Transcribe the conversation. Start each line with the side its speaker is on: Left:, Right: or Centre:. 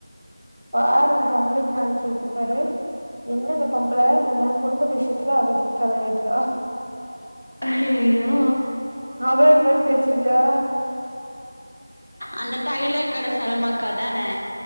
Right: பாரு இந்த பொம்பளைக்கி நாளைக் கிருக்கு பாரு என்ன இந்த பொம்பள எ குடும்ப விஷயத்துல அவ எதுக்கு தலயிடுற
Left: ஐய்யய்யோ
Right: அவ இவன்னு பேச்சிருச்சுஉ
Left: அந்த டைலர் கட சல்மாக்கா தானே